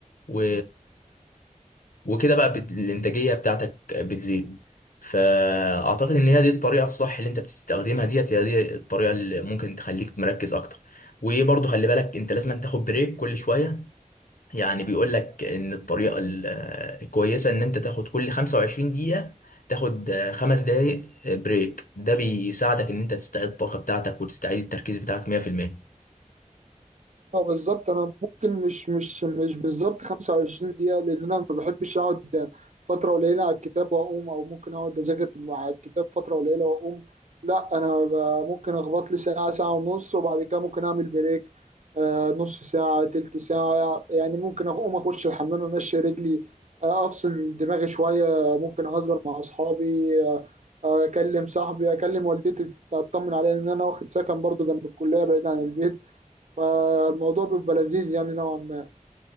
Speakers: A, on the left (about 85°); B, on the right (about 60°).
A: و... وكده بقى بت... الانتاجيه بتاعتك بتزيد فاعتقد ان هي دي الطريقه الصح اللي انت بتستخدمها ديت هي دي الطريقه اللي ممكن تخليك مركز اكتر وبرضه خلي بالك انت لازم تاخد بريك كل شويه يعني بيقول لك ان الطريقه ال- الكويسه ان انت تاخد كل 25 دقيقه تاخد آه، خمس دقايق بريك ده بيساعدك ان انت تستعيد الطاقه بتاعتك وتستعيد التركيز بتاعك 100%
B: هو بالظبط انا ممكن مش مش مش بالظبط 25 دقيقه لان انا ما بحبش اقعد فتره قليله على الكتاب واقوم او ممكن اقعد اذاكر مع الكتاب فتره قليله واقوم لا انا ب- ممكن اخبط لي ساعه ساعه ونص وبعد كده ممكن اعمل بريك آه نص ساعه تلت ساعه يعني ممكن اقوم اخش الحمام امشي رجلي آه افصل دماغي شويه ممكن اهزر مع اصحابي آه آه، اكلم صاحبي اكلم والدتي تطمن عليا ان انا واخد سكن برضو جنب الكليه بعيد عن البيت فالموضوع بيبقى لذيذ يعني نوعا ما